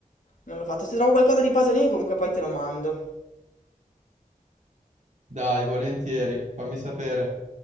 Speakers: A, on the left (about 60°); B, on the right (about 55°).
A: non l'ho fatto. Se trovo qualcosa di Pasolini, comunque poi te lo mando.
B: Dai, volentieri, fammi sapere.